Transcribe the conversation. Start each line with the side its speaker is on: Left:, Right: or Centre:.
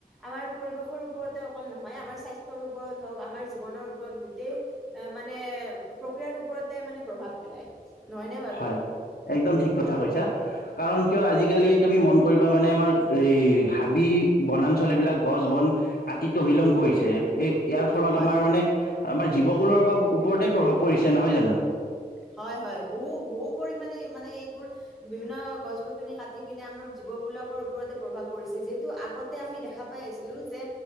Centre: আমাৰ পৰিৱেশৰ ওপৰতে অকল নহয়, আমাৰ স্বাস্থ্যৰ ওপৰত হওক আমাৰ জীৱনৰ ওপৰত গোটেই মানে, প্ৰক্ৰিয়াৰ ওপৰতে মানে প্ৰভাৱ পেলায়। নহয়নে বাৰু
Left: হয়, একদম ঠিক কথা কৈছা। কাৰণ কিয় আজিকালি তুমি মন কৰিবা মানে আমাৰ এই, হাবি -বনাঞ্চলবিলাক, গছ- বন কাটি তহিলং কৰিছে, এই, ইয়াৰ ফলত
Centre: হয়
Left: আমাৰ মানে, আমাৰ জীৱকুলৰ ওপৰতেই প্ৰভাৱ পৰিছে নহয় জানো?
Centre: হয় -হয় বহু -বহু পৰিমাণে মানে এইবোৰ বিভিন্ন গছ -গছনি কাটি পিনে আমাৰ জীৱ বিলাকৰ ওপৰতে প্ৰভাৱ পৰিছে। যিহেতু আগতে আমি দেখা পাই আছিলো যে,